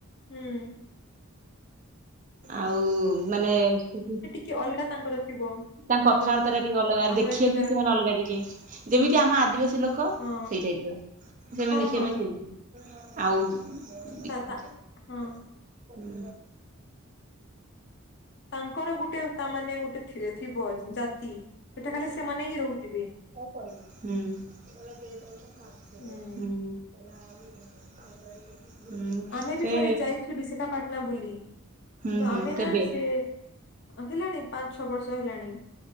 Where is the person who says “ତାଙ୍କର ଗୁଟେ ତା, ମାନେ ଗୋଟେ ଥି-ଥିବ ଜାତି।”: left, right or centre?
Left